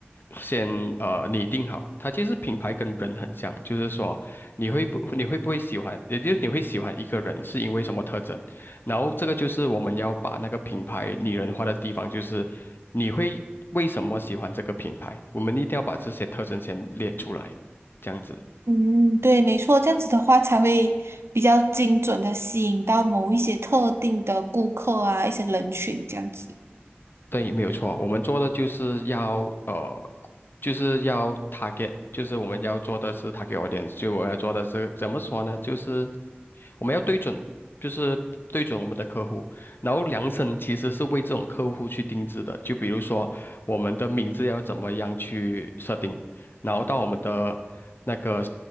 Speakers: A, on the left; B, on the right.
A: 先呃拟定好。它其实品牌跟人很像，就是说你会不你会不会喜欢，也就是你会喜欢一个人是因为什么特征。然后这个就是我们要把那个品牌拟人化的地方，就是你会为什么喜欢这个品牌，我们一定要把这些特征先列出来，这样子。
B: 嗯，对，没错，这样子的话才会比较精准的吸引到某一些特定的顾客啊，一些人群这样子。
A: 对，没有错，我们做的就是要呃，就是要 target，就是我们要做的是 target audience，就我们要做的是怎么说呢？就是我们要对准，就是对准我们的客户，然后量身其实是为这种客户去定制的。就比如说我们的名字要怎么样去设定，然后到我们的那个